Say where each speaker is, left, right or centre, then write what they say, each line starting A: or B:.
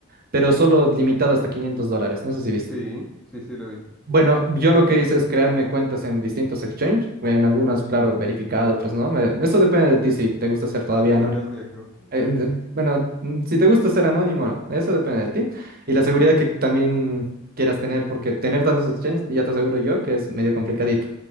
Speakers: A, on the right; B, in the centre.
A: pero solo limitado hasta 500 dólares. No sé si viste.
B: Sí, sí, sí, lo he visto.
A: Bueno, yo lo que hice es crearme cuentas en distintos exchange, en algunas, claro, verificado, otras no. Me- Eso depende de ti si te gusta ser todavía
B: Depende
A: anónimo.
B: del riesgo.
A: Eh,
B: Sí.
A: de- bueno, mm, si te gusta ser anónimo, no, eso depende de ti. Y la seguridad que también quieras tener, porque tener tantos exchanges, ya te aseguro yo que es medio complicadito.